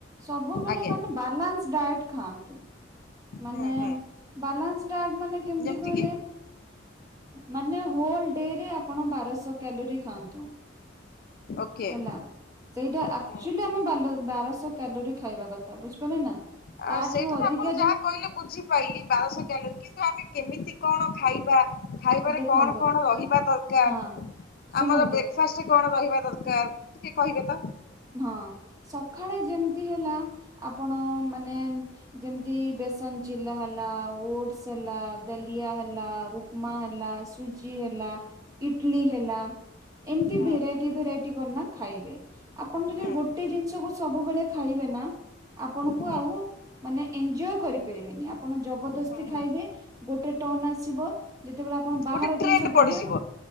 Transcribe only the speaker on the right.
ସବୁବେଳେ
ମାନେ ବାଲାନ୍ସ ଡାଏଟ ଖାଆନ୍ତୁ। ମାନେ
ବାଲାନ୍ସ ଡାଏଟ ମାନେ କେମିତି
କହିଲେ?
ମାନେ ହୋଲ ଡେ ରେ ଆପଣ ବାରଶହ କ୍ୟାଲୋରି ଖାଆନ୍ତୁ।
ହେଲା। ସେଇଟା ଆକ୍ଚୁଆଲି
ଆମେ ବାରଶହ କ୍ୟାଲୋରି ଖାଇବା କଥା ବୁଝିପାରିଲେ ନା।
ତାଠୁରୁ
ଅଧିକା
ଯୋଉ
ଦେଖନ୍ତୁ
ହଁ ଶୁଣନ୍ତୁ
ହଁ ସକାଳେ ଯେମିତି ହେଲା ଆପଣ ମାନେ ଯେମିତି ବେସନ ଚିଲା ହେଲା, ଓଟସ ହେଲା, ଦଲିଆ ହେଲା ପ୍ମା ହେଲା, ସୁଜି ହେଲା, ଇଟଲି ହେଲା। ଏମିତି
ଭେରାଇଟି ଭେରାଇଟି କରନା ଖାଇବେ। ଆପଣ ଯଦି
ଗୋଟେ ଜିନିଷକୁ ସବୁବେଳେ ଖାଇବେ ନା ଆପଣଙ୍କୁ
ଆଉ ମାନେ ଏଞଜୟ କରିପାରିବେନି ଆପଣ ଯ ଜବରଦସ୍ତି
ଖାଇବେ। ଗୋଟେ ଟନ ଆସିବ ଯେତେବେ ଆପଣ ବାହାର
ଜିନିଷ ଦେଖିବେ।